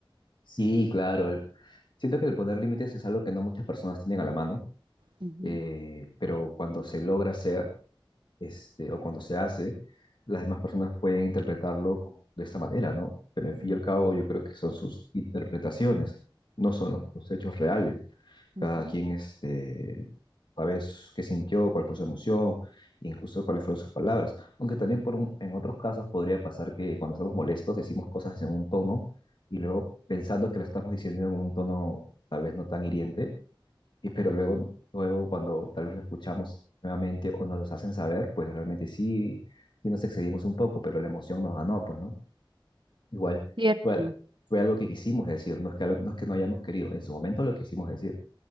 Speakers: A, on the left; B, on the right.
A: sí, claro, el- siento que el poner límites es algo que no muchas personas tienen a la mano,
B: Ujú,
A: eh, pero cuando se logra hacer, este, o cuando se hace, las demás personas pueden interpretarlo como- de esta manera, ¿no? Pero en fin
B: u-
A: y al cabo yo creo que son sus interpretaciones, no son los los hechos reales.
B: ujú.
A: cada quien este, a veces qué sintió, cuál fue su emoción, incluso cuáles fueron sus palabras. Aunque también por un- en otros casos podría pasar que cuando estamos molestos decimos cosas en un tono y luego pensando que lo estamos diciendo en un tono tal vez no tan hiriente, y, pero luego, luego cuando tal vez lo escuchamos nuevamente o nos los hacen saber, pues realmente sí, sí nos excedimos un poco, pero la emoción nos ganó, pues, ¿no? Igual
B: Cierto.
A: fue, fue algo que quisimos decir, no es que, no es que no hayamos querido, en su momento lo quisimos decir